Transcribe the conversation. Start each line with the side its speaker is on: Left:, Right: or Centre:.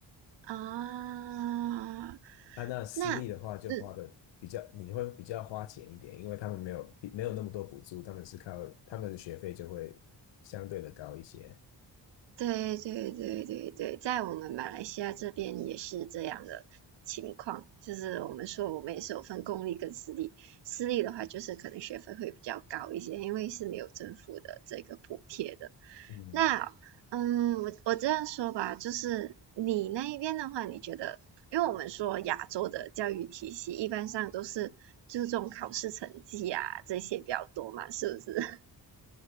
Right: 啊，
Left: 啊，那私立的话就花的比较，
Right: 那嗯
Left: 你会比较花钱一点，因为他们没有比没有那么多补助，他们是靠他们的学费就会相对的高一些。
Right: 对对对对对，在我们马来西亚这边也是这样的情况，就是我们说我们也是有分公立跟私立，私立的话就是可能学费会比较高一些，因为是没有政府的这个补贴的。
Left: 嗯，
Right: 那嗯，我我这样说吧，就是你那一边的话，你觉得，因为我们说亚洲的教育体系一般上都是注重考试成绩啊这些比较多嘛，是不是？